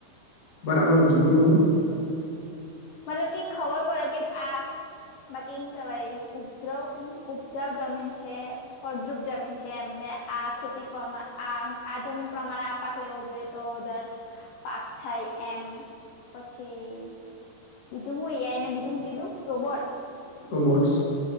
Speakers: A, on the left; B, on the left.
A: બરાબર જ છે. બોલો-બોલો.
B: મતલબ કે ખબર પડે કે આ બાકી એ હું કહેવાય ઉપદ્રવ કે હું ઉપજાવ જમીન છે. ફળદ્રુપ જમીન છે એમ. ને આ ખેતી પ્રમા આ-આ જમીન પ્રમાણે આપ પાક લેવો જોઈએ તો વધારે પાક થાય એમ. પછી બીજું હું એ આઈ, ને બીજું હું કીધું રોબોટ?
A: રોબોટ્સ.